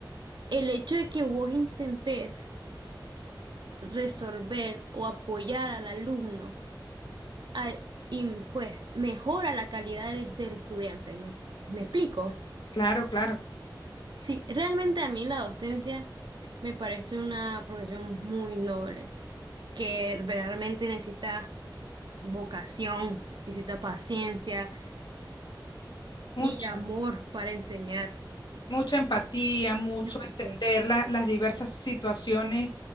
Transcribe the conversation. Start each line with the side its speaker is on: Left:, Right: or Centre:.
Right: el hecho de que vos intentes resolver o apoyar al alumno, a- y, pues mejora la calidad del, del estudiante. ¿Me, me explico?
Left: Claro, claro,
Right: Sí, realmente a mí la docencia me parece una profesión muy noble, que realmente necesita vocación, necesita paciencia.
Left: mucha,
Right: Y amor para enseñar.
Left: mucha empatía, mucho
Right: Empatía.
Left: entender la- las diversas situaciones